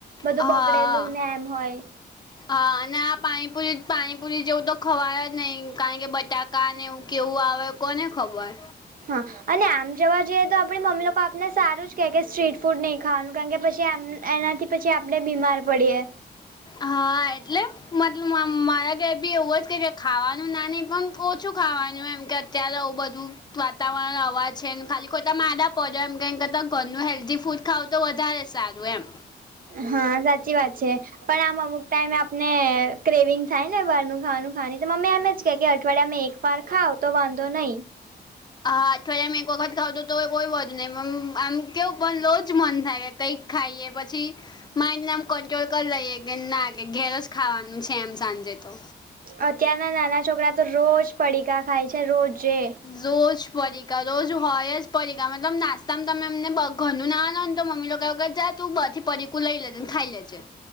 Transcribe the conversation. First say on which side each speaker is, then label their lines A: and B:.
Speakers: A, on the right; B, on the left.
A: બધું
B: હા.
A: બગડેલું ને એમ હોય
B: હા, અને આ પાણીપુરી પાણીપુરી જેવું તો ખવાય જ નહી કારણ કે બટાક કાને એવું કેવું આવે કોને ખબર.
A: હા, અને આમ જોવા જઈએ તો આપડી મમ્મી લોકો આપને સારું જ કહે કે સ્ટ્રીટ ફૂડ નહીં ખાવાનું કારણ કે પછી એમ એનાથી પછી આપડે બીમાર પડીએ
B: હા, એટલે મત મ-મારા ઘર બી એવુંજ કે છે ખાવાનું ના નહી પણ ઓછું ખાવાનું એમ કે અત્યારે આવું બધું વાતાવરણ અવાજ છે ને ખાલી ખોતા માદા પડો એમ કઈમ કરતાં ઘરનું હેલ્ધી ફૂડ ખાવ તો વધારે સારું એમ.
A: હા, સાચી વાત છે. પણ આમ અમુક ટાઈમે આપને ક્રેવિંગ થાય ને બારનું ખાવાનું ખાવા તો મમ્મી એમ જ કે કે અવાડિયામાં એક ફાર ખાઓ તો વાંધો નહી.
B: હા, અઠવાડિયા માં એક વખત ઘાવ તો તોએ કોઈ વધ નહીં મમ આમ કેવું પણ રોજ મન થાય કે કઈક ખાઈએ પછી માઇડનેમ કંટ્રોલ કરી લઈએ કે ના કે ઘેર જ ખાવાનું છે એમ સાંજે તો.
A: અત્યારના નાના છોકરા તો રોજ પડીકા ખાય છે રોજે
B: રોજ પડીકા રોજ હોય જ પડીકા મતલબ નાસ્તામાં તમે એમને બ ઘરનું ના આલો ને તો મમ્મી લોકા ગર જ તું થી પકુ લઈ લેજે ને ખાઈ લેજે